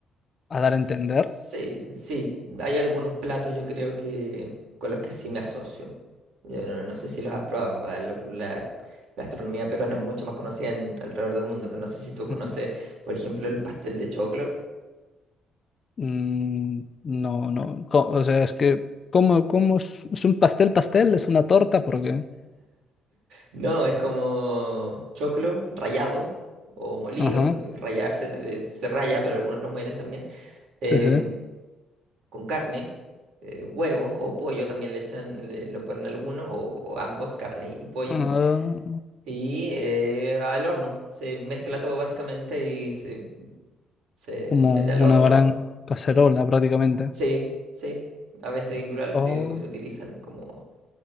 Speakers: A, on the left; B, on the right.
A: a, a dar a
B: Sí,
A: entender.
B: sí, hay algunos platos yo creo que con los que sí me asocio. Yo no, no sé si los has probado. La, la- la gastronomía peruana es mucho más conocida en, alrededor del mundo, pero no sé si tú conoces,
A: Mm,
B: por ejemplo, el pastel de choclo.
A: mm, no, no, co- o sea, es que, ¿cómo, cómo es, es un pastel, pastel? ¿Es una torta? Porque,
B: No, es como choclo rallado o molido.
A: ajá,
B: eh, se, eh, se raya, pero algunos lo muelen también. em,
A: sí, sí.
B: con carne, eh, huevo o pollo también le echan, le- lo ponen algunos o, o ambos, carne y pollo
A: Ah,
B: Y eh, al horno. Se mezcla todo básicamente y se, se
A: como
B: mete
A: una
B: al horno.
A: gran cacerola
B: Y-
A: prácticamente.
B: Sí, sí. A veces igual
A: Oh,
B: se, se utilizan como